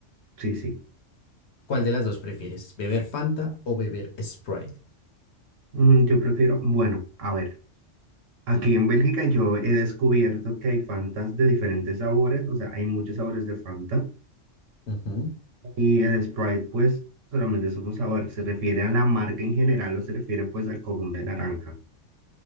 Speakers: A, on the right; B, on the left.
A: Sí, sí.
B: ¿Cuál de las dos prefieres? ¿Beber Fanta o beber Sprite?
A: Mm, Yo prefiero, bueno, a ver, aquí en Bélgica yo he descubierto que hay Fantas de diferentes sabores, o sea, hay muchos sabores de Fanta.
B: Ujú.
A: Y el Sprite, pues, solamente es un sabor. ¿Se refiere a la marca en general o se refiere, pues, al común de naranja?